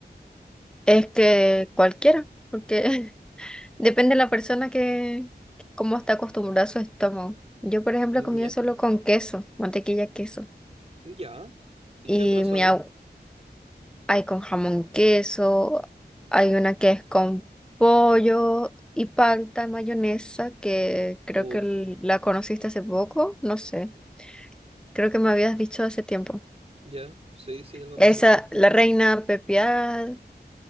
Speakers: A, in the centre; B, on the right.
A: Es que cualquiera, porque <laughs> depende de la persona que, cómo está acostumbrada a su estómago. Yo, por ejemplo,
B: Mm,
A: comía
B: Ya,
A: solo con queso, mantequilla, queso.
B: ya. ¿Y
A: Y
B: qué otras
A: mi
B: hay?
A: abu- hay con jamón, queso, hay una que es con pollo y palta, mayonesa, que creo
B: Uf,
A: que l- la conociste hace poco, no sé. Creo que me habías dicho hace tiempo.
B: ya, sí, sí, algo
A: Esa,
B: me suena.
A: la reina pepiada